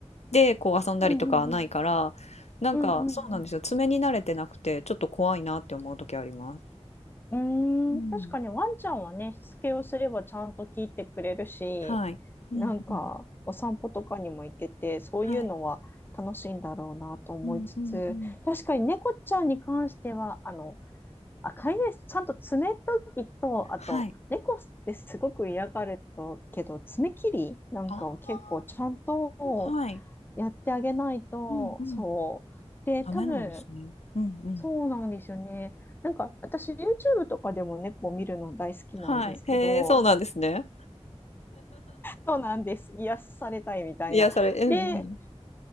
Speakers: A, on the left; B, on the left.
A: で、こう遊んだりとかはないから、
B: うん、
A: なんかそうなんですよ。
B: うん、うん、うん
A: 爪に慣れてなくて、ちょっと怖いなって思う時あります。
B: うん。
A: うん。
B: うーん、確かにワンちゃんはね、しつけをすればちゃんと聞いてくれるし、
A: はい。うんうん。
B: なんか、お散歩とかにも行けて、そういうのは楽しいんだろうなと思いつつ、
A: はい。うんうんうん。
B: 確かに猫ちゃんに関しては、あの、あ、飼い主、ちゃんと爪研ぎと、あと、
A: はい。
B: 猫ってすごく嫌がるとけど、爪切りなんかを結構ちゃんと
A: ああ、はい。
B: やってあげないと、
A: うんうん。
B: そう。で、
A: ダメなんですね。
B: 多分、
A: うんうん。
B: そうなんですよね。なんか、私、YouTube とかでも猫を見るの大好きなんですけど、
A: はい。へえ、そうなんですね。
B: そうなんです。癒されたいみたいな。
A: いやそれうんうん。
B: で、